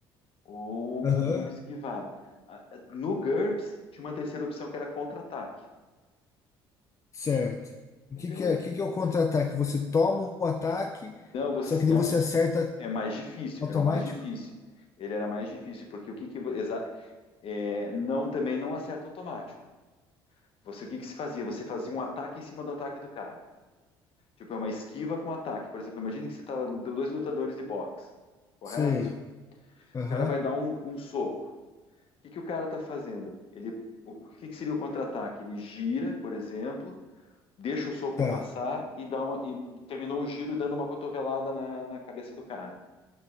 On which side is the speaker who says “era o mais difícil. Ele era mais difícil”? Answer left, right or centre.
Left